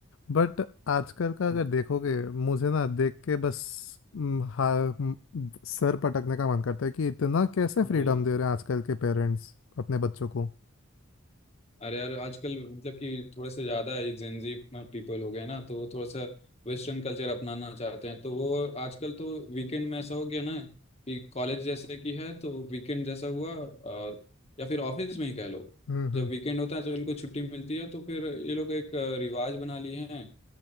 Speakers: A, on the left; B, on the left.
A: बट आजकल का अगर
B: हम्म,
A: देखोगे मुझे ना देख के बस म, हा, म, सर पटकने का मन करता है कि इतना कैसे
B: वही
A: फ्रीडम दे रहे हैं आजकल के पेरेंट्स अपने बच्चों को
B: अरे यार आजकल मतलब कि थोड़े से ज़्यादा ये जेंजी पीपल हो गए ना तो वो थोड़ा सा वेस्टर्न कल्चर अपनाना चाहते हैं तो वो आजकल तो वीकेंड में ऐसा हो गया ना कि कॉलेज जैसे कि है तो वीकेंड जैसा हुआ अ, या फिर ऑफिस में ही कह लो
A: हम्म
B: जब
A: हम्म
B: वीकेंड होता है तो इनको छुट्टी मिलती है तो फिर ये लोग एक अ, रिवाज बना लिए हैं